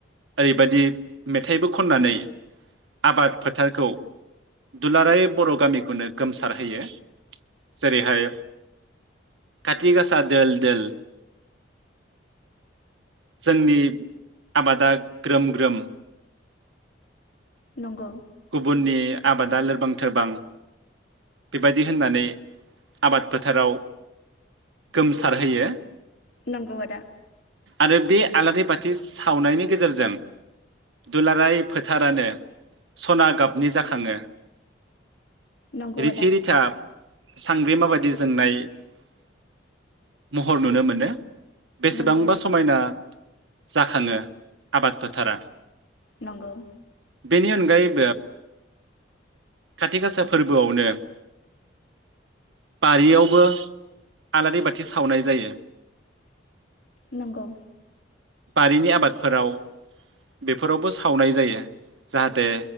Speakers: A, on the right; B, on the left.
A: ओरैबायदि मेथाइबो खननानै आबाद फोथारखौ दुलाराय बर' गामिखौनो गोमसारहोयो। जेरैहाय खाथि गासा दोल दोल जोंनि आबादा ग्रोम ग्रोम
B: नंगौ।
A: गुबुननि आबादा लोरबां थोरबां बेबायदि होननानै आबाद फोथाराव गोमसारहोयो।
B: नंगौ आदा
A: आरो बे आलारि बाथि सावनायनि गेजेर जों दुलाराय फोथारानो सना गाबनि जाखाङो
B: नंगौ
A: <unintelligible>
B: आदा
A: रिथा सांग्रिमा बादि <unintelligible> महर नुनो मोनो बेसेबांबा
B: नंगौ
A: समायना जाखाङो आबाद फोथारा
B: नंगौ
A: बेनि अन <unintelligible> <unintelligible> खासा फोरबोआवनो बारियावबो आलारि बाथि सावनाय जायो
B: नंगौ
A: बारिनि आबादफोराव बेफोरावबो सावनाय जायो जाहाथे